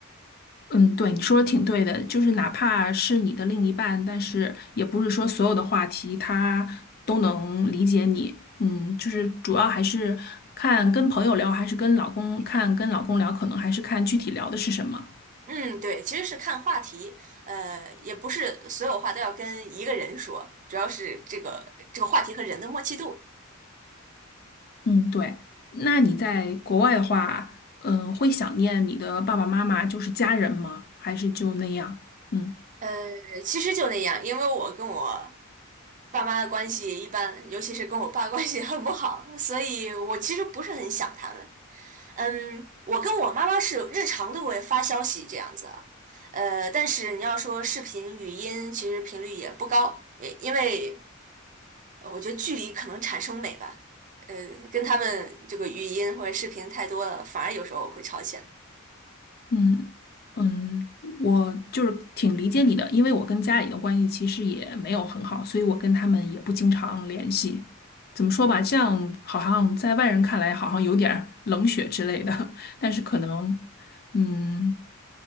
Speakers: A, on the left; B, on the right.
A: 嗯，对，你说的挺对的，就是哪怕是你的另一半，但是也不是说所有的话题他都能理解你。嗯，就是主要还是看跟朋友聊，还是跟老公看跟老公聊，可能还是看具体聊的是什么。
B: 嗯，对，其实是看话题，呃，也不是所有话都要跟一个人说，主要是这个这个话题和人的默契度。
A: 嗯，对。那你在国外的话，嗯，会想念你的爸爸妈妈，就是家人吗？还是就那样？嗯。
B: 呃，其实就那样，因为我跟我爸妈的关系一般，尤其是跟我爸关系很不好，所以我其实不是很想他们。嗯，我跟我妈妈是日常都会发消息这样子啊，呃，但是你要说视频、语音，其实频率也不高，也因为呃我觉得距离可能产生美吧。呃，跟他们这个语音或者视频太多了，反而有时候会吵起来。
A: 嗯嗯，我就是挺理解你的，因为我跟家里的关系其实也没有很好，所以我跟他们也不经常联系。怎么说吧，这样好像在外人看来好像有点儿冷血之类的，<laughs> 但是可能，嗯，